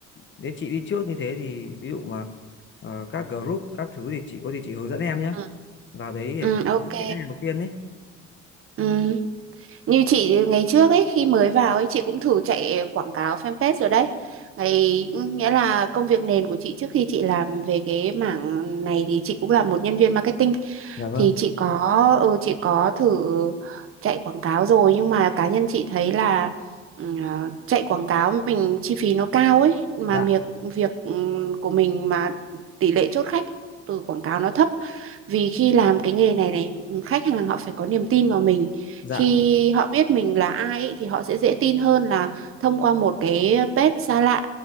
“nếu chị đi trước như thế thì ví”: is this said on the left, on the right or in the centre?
Left